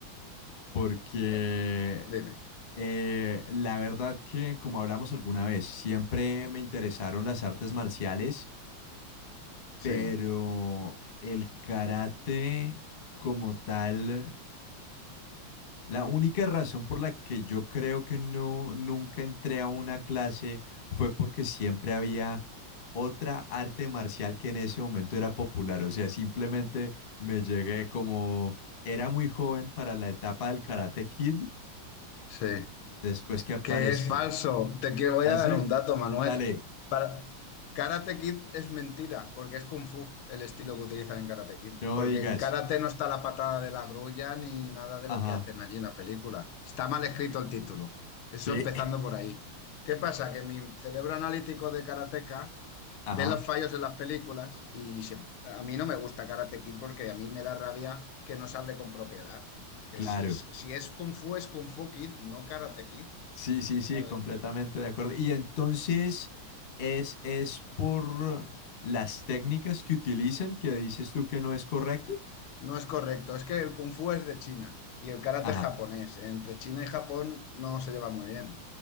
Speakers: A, on the left; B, on the left.
A: porque
B: Eh, dime.
A: eh, la verdad que, como hablamos alguna vez, siempre me interesaron las artes marciales,
B: Sí,
A: pero el karate como tal La única razón por la que yo creo que no nunca entré a una clase fue porque siempre había otra arte marcial que en ese momento era popular. O sea, simplemente me llegué como era muy joven para la etapa del Karate Kid,
B: sí.
A: después que apareció.
B: Que es falso. Te quiero, voy
A: Hace,
B: a dar un dato, Manuel.
A: dale,
B: Para... Karate Kid es mentira, porque es Kung Fu el estilo que utilizan en Karate Kid.
A: no
B: Porque
A: digas.
B: en Karate no está la patada de la grulla ni nada de
A: Ajá,
B: lo que hacen allí en la película. Está mal escrito el título. Eso
A: sí,
B: empezando
A: <laughs>
B: por ahí. ¿Qué pasa? Que mi cerebro analítico de karateca
A: ajá,
B: ve los fallos en las películas y se- a mí no me gusta Karate Kid porque a mí me da rabia que no se hable con propiedad. Que
A: claro.
B: si es, si es Kung Fu, es Kung Fu Kid, no Karate Kid,
A: Sí, sí, sí,
B: ¿sabes?
A: completamente de acuerdo. Y entonces es, es por las técnicas que utilizan que dices tú que no es correcto.
B: No es correcto, es que el kung fu es de China y el karate
A: Ajá,
B: es japonés. Entre China y Japón no se lleva muy bien.